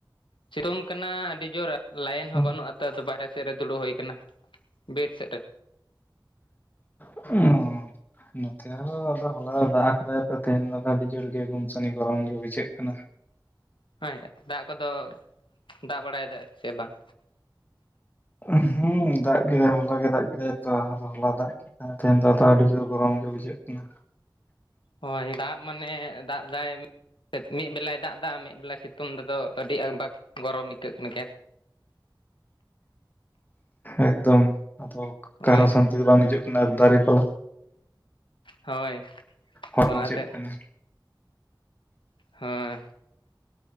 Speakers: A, on the left (about 80°); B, on the left (about 20°).
A: ᱥᱤᱛᱩᱝ ᱠᱟᱱᱟ ᱟᱹᱰᱤ ᱡᱳᱨ ᱞᱟᱭᱤᱱ ᱦᱚᱸ
B: ᱚ
A: ᱵᱟᱹᱱᱩᱜᱼᱟ᱾ ᱛᱚ ᱟᱫᱚ ᱵᱟᱨ ᱦᱮ ᱥᱮᱫ ᱨᱮ ᱫᱩᱲᱩᱵ ᱦᱳᱭ ᱠᱟᱱᱟ ᱵᱤᱨ ᱥᱮᱫ ᱨᱮ᱾
B: ᱚᱻ᱾ ᱱᱚᱛᱮ ᱦᱚᱸ ᱟᱫᱚ ᱦᱚᱞᱟᱭ ᱫᱟᱜ ᱠᱟᱫᱟᱭ ᱛᱚ ᱛᱮᱦᱮᱧ ᱫᱚ ᱟᱹᱰᱤ ᱡᱳᱨ ᱜᱮ ᱜᱩᱢᱥᱟᱱᱤ ᱜᱚᱨᱚᱢ ᱜᱮ ᱵᱩᱡᱷᱟᱹᱜ ᱠᱟᱱᱟ᱾ <inaudible>
A: <unintelligible> ᱫᱟᱜ ᱠᱚᱫᱚ ᱫᱟᱜ ᱵᱟᱲᱟᱭᱮᱫᱟ ᱥᱮ ᱵᱟᱝ?
B: ᱦᱮᱸ ᱫᱟᱜ ᱜᱮ ᱦᱚᱞᱟ ᱜᱮ ᱫᱟᱜ ᱠᱮᱫᱟᱭ ᱛᱚ ᱦᱚᱞᱟ ᱫᱟᱜ ᱦᱮᱸ ᱛᱮᱦᱮᱧ ᱫᱚ ᱟᱹᱰᱤ ᱡᱳᱨ ᱜᱚᱨᱚᱢ ᱜᱮ ᱵᱩᱡᱷᱟᱹᱜ ᱠᱤᱱᱟ᱾
A: ᱦᱳᱭ ᱫᱟᱜ ᱢᱟᱱᱮ ᱫᱟᱜ ᱫᱟᱭ ᱢᱤᱫ ᱵᱮᱞᱟᱭ ᱫᱟᱜ ᱫᱟ ᱢᱤᱫ ᱵᱮᱞᱟᱭ ᱥᱤᱛᱩᱝ ᱫᱟ ᱟᱫᱚ ᱟᱹᱰᱤ ᱟᱠᱵᱟᱠ ᱜᱚᱨᱚᱢ ᱟᱹᱭᱠᱟᱹᱜ ᱠᱟᱱ ᱜᱮᱥ᱾
B: ᱮᱠᱫᱚᱢ ᱚᱠᱟ
A: ᱦᱳᱭ
B: ᱨᱮᱦᱚ ᱥᱟᱱᱛᱤ ᱫᱚ ᱵᱟᱝ ᱦᱤᱡᱩᱜ ᱠᱟᱱᱟ ᱫᱟᱨᱮ ᱯᱟᱞᱟ
A: ᱦᱳᱭ᱾
B: ᱦᱳᱭ
A: ᱚᱱᱟᱛᱮ
B: ᱵᱟᱝ ᱵᱩᱡᱷᱟᱹᱜ ᱠᱟᱱᱟ᱾
A: ᱦᱳᱭ